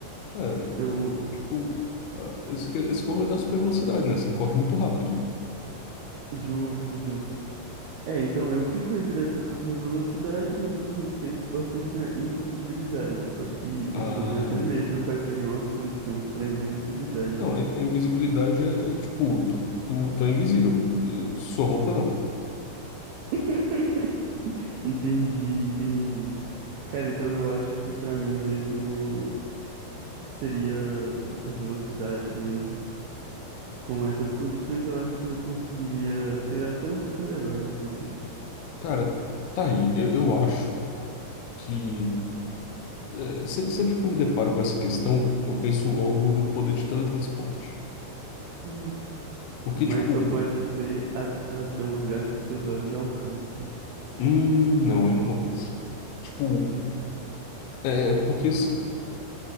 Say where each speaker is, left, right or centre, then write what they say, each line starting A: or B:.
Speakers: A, on the left (about 80°); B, on the right (about 80°).
A: É,
B: Eu,
A: tipo, ah, esse, que- esse corre da super velocidade, né? Você corre muito rápido.
B: justo, justo. É, então eu fico entre essa super velocidade, mas eu também penso bastante na invisibilidade. Só que
A: Ah,
B: eu, eu tenho até medo
A: tá.
B: quais seriam as condições para invisibilidade,
A: Não,
B: né?
A: a a invisibilidade é tipo, tu, tu, tu é invisível. Eh, Sua roupa não.
B: <laughs> Entendi, entendi. Cara, então eu acho que para mim mesmo seria super velocidade mesmo. Com essas condições, eu acho que eu conseguiria ser até um super-herói, inclusive.
A: Cara, tá aí. Eu, eu acho que É, se- sempre que eu me deparo com essa questão, eu penso logo no poder de teletransporte.
B: Hum.
A: Porque,
B: Mas
A: tipo,
B: só pode ser a- até um lugar que seus olhos alcançam.
A: hum, não, eu não compensa. Tipo,
B: Hum.
A: é é porque assim,